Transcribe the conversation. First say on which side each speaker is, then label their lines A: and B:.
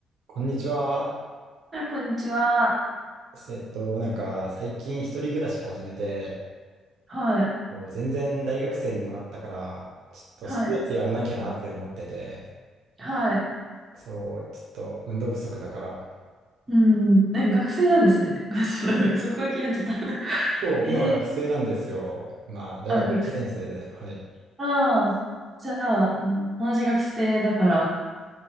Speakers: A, on the right; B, on the right.
A: こんにちは。
B: あ、こんにちは。
A: えっと、なんか最近一人暮らし始めて、
B: はい、
A: こう全然大学生にもなったから、ちょっとスポーツやらなきゃなって思ってて、
B: はい、はい。
A: そう、ちょっと運動不足だから。
B: うん、え、学生なんですね。<laughs> そうだごめんそこが気になっちゃった。<laughs>
A: そう、
B: えー
A: 今学生なんですよ。今、大学1年生で。
B: あ、学生。
A: はい。
B: ああ、じゃあ、うん同じ学生だから、